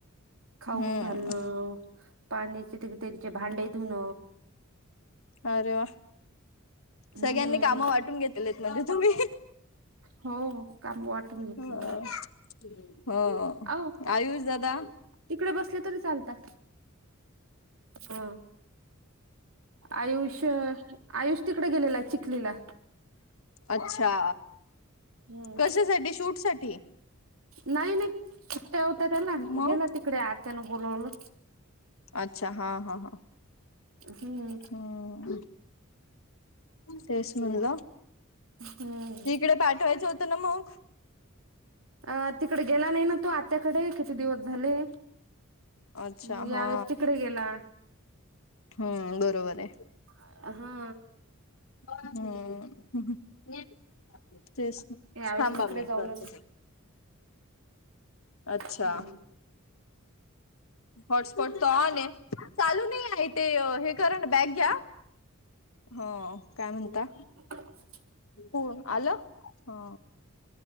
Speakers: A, on the right; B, on the left.
A: खाऊ
B: हम्म
A: घालण पाण्याचे ती त्यांचे भांडेे धूण
B: अरे वा!
A: हम्म
B: सगळ्यांनी कामं वाटून घेतलेत म्हणजे तुम्ही.
A: हो काम वाटून घेतलं
B: हं हो
A: आहो
B: आयुष दादा?
A: तिकडे बसले तरी चालतात. ह आयुष आयुष तिकडे गेलेला आहे चिखलीला.
B: अच्छा!
A: हम्म
B: कशासाठी शूट साठी
A: नाही नाही. होत्या त्याला
B: मग
A: गेला तिकडे आत्यानं बोलवलं.
B: अच्छा! हां हां हां
A: हम्म
B: हम्म. तेच म्हणलं
A: हम्म
B: इकडे पाठवायचं होतं ना मग.
A: अ तिकडे गेला नाही ना तो आत्याकडे किती दिवस झाले.
B: अच्छा
A: मग
B: हा
A: यावेळेस तिकडे गेला.
B: हम्म बरोबर आहे.
A: हा
B: हम तेच ना
A: यावेळेस
B: थांबा
A: तिकडे
B: मी
A: जाऊन
B: करते.
A: होत
B: अच्छा!
A: हम्म
B: हॉटस्पॉट तर ऑन आहे चालू नाही ते हे कर ना बॅग घ्या, हो काय म्हणता
A: <unintelligible>
B: हो आलं? हा